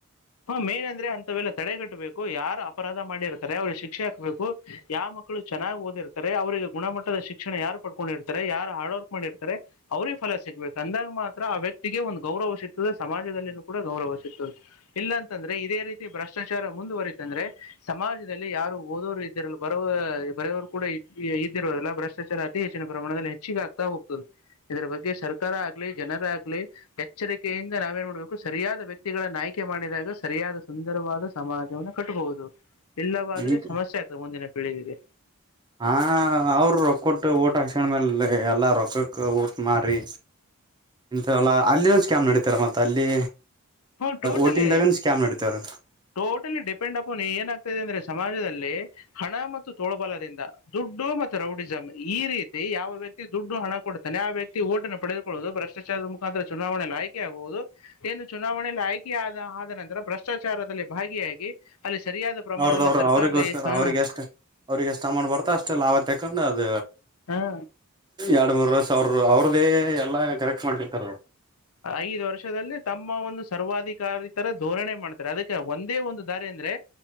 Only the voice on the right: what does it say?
ಈಗ
ಹಾ ಅವರು ರೊಕ್ಕ ಕೊಟ್ಟು ಊಟ ಹಕ್ಷಣ ಮೇಲೆ ಎಲ್ಲ ರೊಕ್ಕ ಪಕ್ಕಕ್ಕ ಊಟ್ ಮಾರಿ ಇಥ ಎಲ್ಲ ಅಲ್ಲಿನ ಸ್ಕ್ಯಾಮ್ ನಡತಾರ ಮತ್ತ ಅಲ್ಲಿ
ಓಟಿಂಗ್ದಾಗನ್ ಸ್ಕ್ಯಾಮ್ ನಡೀತವ್ರ
ಅವ್ರದವರು
ಅವ್ರರಿಗೋಸ್ಕರ
ಅವ್ರಿಗೆಷ್ಟ ಅವ್ರಿಗೆ ಎಷ್ಟ ಅಮಂಡ್ ಬರ್ತ ಅಷ್ಟೆ ಲಾಭ ತೆಗೊಂಡು ಅ ಅದ
ಎರಡು ಮೂರ ರಷ ಅವ್ರ ಅವ್ರದೇ ಎಲ್ಲ ಕರೆಕ್ಟ್ ಮಾಡ್ತಿರ್ತಾರೆ ಅವರು